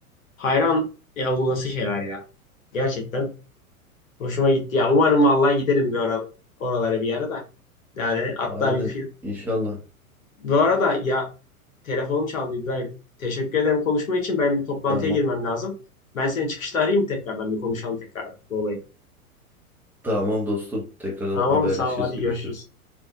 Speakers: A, on the left; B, in the centre.
A: hayran ya bu nasıl şeyler ya. Gerçekten Hoşuma gitti ya. Umarım vallahi gidelim bir ara, oralara bir yere de Yani hatta
B: Aynen.
A: bir film.
B: inşallah
A: Bu arada ya telefonum çaldı İbrahim. Teşekkür ederim konuşma için. Ben bir toplantıya
B: Tamam.
A: girmem lazım. Ben seni çıkışta arayayım mı tekrardan bir konuşalım tekrardan bu olayı.
B: Tamam dostum. Tekrar
A: Tamam
B: haberleşiriz.
A: mı? Sağ ol. Hadi
B: Görüşürüz.
A: görüşürüz.